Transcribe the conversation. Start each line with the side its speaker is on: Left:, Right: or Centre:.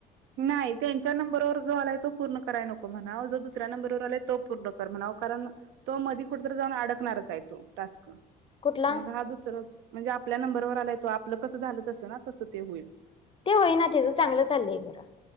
Right: नाही त्यांच्या नंबरवर जो आलाय तो पूर्ण करायला नको म्हणा जो दुसऱ्या नंबरवर आलाय तो पूर्ण कर म्हणा. कारण तो मधी कुठ जाऊन अडकणारच आहे तो टास्क
Left: कुठला
Right: मग हा दुसरच म्हणजे आपल्या नंबरवर आलाय तो आपलं कसं झालं तसं ना तस ते होईल.
Left: ते होईना तेचं चांगलं चाललंय. खरं